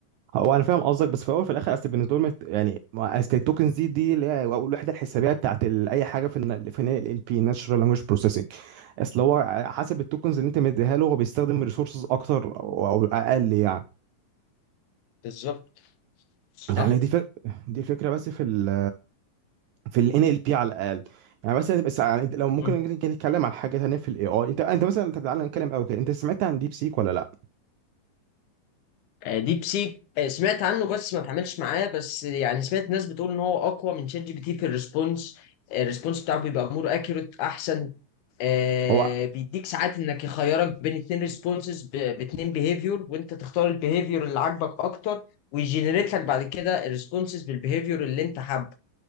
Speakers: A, on the right; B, on the left.
A: هو انا فاهم قصدك بس في الاول وفي الاخر اصل بالنسبه لهم الت- يعني ما- اصل التوكنز دي دي اللي هي الوحده الحسابيه بتاعت ال... اي حاجه في ال في ال بي ناتشرال لانجويج بروسيسنج اصل هو حسب التوكنز اللي انت مديها له هو بيستخدم ريسورسز اكتر او أو اقل يعني
B: بالظبط صح
A: يعني دي فك... دي فكره بس في ال في ال NLP على الاقل يعني مثلا بس يعني انت لو ممكن
B: مم.
A: نتكلم عن حاجه تانيه في الاي اي انت انت مثلا انت تعالى نتكلم قوي كده انت سمعت عن ديب سيك ولا لا
B: آه ديب سيك آه سمعت عنه بس ما اتعاملش معاه بس يعني سمعت ناس بتقول ان هو اقوى من شات جي بي تي في الريسبونس الريسبونس بتاعه بيبقى مور اكيوريت احسن آه،
A: هو
B: بيديك ساعات انك يخيرك بين اتنين ريسبونسز باتنين بيهيفيور وانت تختار البيهيفيور اللي عاجبك اكتر ويجنريت لك بعد كده الريسبونسز بالبيهيفيور اللي انت حابه